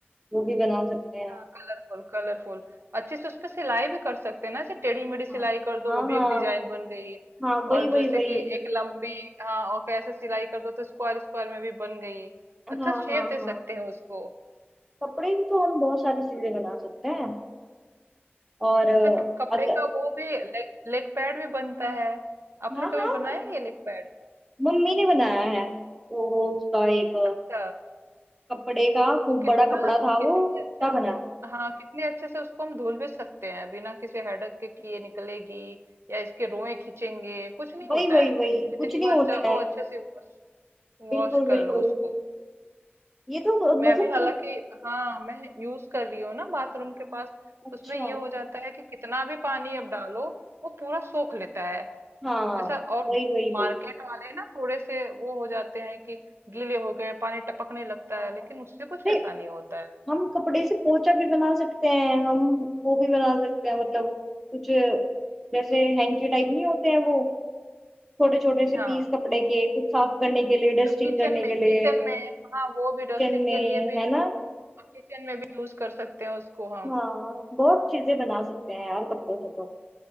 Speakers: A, in the centre; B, on the right.
A: वो भी बना सकते हैं
B: हाँ कलरफुल कलरफुल अच्छे से उस पे सिलाई भी कर सकते हैं ना ऐसे टेढ़ी मेढ़ी सिलाई
A: हाँ
B: कर
A: हाँ
B: दो वो
A: हाँ
B: भी एक डिजाइन बन गई
A: हाँ वही
B: और
A: वही
B: जैसे
A: वही
B: कि एक लंबी हाँ और कैसे सिलाई कर दो तो स्क्वायर स्क्वायर में भी बन गई
A: हाँ
B: अच्छा शेप
A: हाँ
B: दे
A: हाँ
B: सकते हैं उसको
A: कपड़े से तो हम बहुत सारी चीजें बना सकते हैं और अ,
B: अच्छा क- कपड़े
A: अगर
B: का वो भी लेग लेग पैड भी बनता है आपने
A: हाँ
B: कभी
A: हाँ
B: बनाया है ये लेग पैड
A: मम्मी ने बनाया है वो वो उसका एक
B: अच्छा
A: कपड़े का खूब
B: और कितना
A: बड़ा कपड़ा था
B: कितने
A: वो उसका
B: अच्छे से
A: बना
B: हाँ कितने अच्छे से उसको हम धुल भी सकते हैं बिना किसी हेडक के कि ये निकलेगी या इसके रोए खींचेंगे कुछ नहीं होता
A: वही वही
B: है
A: वही
B: जितनी
A: कुछ नहीं
B: बार
A: होता
B: चाहो
A: है
B: अच्छे से वॉश
A: बिल्कुल
B: वॉश कर
A: बिल्कुल
B: लो उसको
A: ये तो मतलब
B: मैं अभी हालांकि
A: कि-
B: हाँ मैं यूज कर रही हूँ ना बाथरूम के पास तो
A: अच्छा
B: उसमें ये हो जाता है कि कितना भी पानी अब डालो वो पूरा सोख लेता है
A: हाँ
B: ऐसा और
A: वही वही
B: मार्केट
A: वही
B: वाले ना थोड़े से वो हो जाते हैं कि गीले हो गए पानी टपकने लगता
A: हाँ।
B: है लेकिन उससे कुछ
A: अरे
B: ऐसा नहीं होता है
A: हम कपड़े से पोचा भी बना सकते हैं हम वो भी बना सकते हैं मतलब कुछ जैसे हैंकी टाइप नहीं होते हैं वो छोटे छोटे से
B: हाँ
A: पीस कपड़े के कुछ साफ करने के लिए डस्टिंग
B: जो किचन
A: करने
B: में
A: के लिए
B: किचन में हाँ वो
A: किचन
B: भी डस्टिंग
A: में
B: के लिए भी
A: है ना
B: किचन में भी यूज कर सकते हैं उसको हम
A: हाँ बहुत चीजें बना सकते हैं यार कपड़ों से तो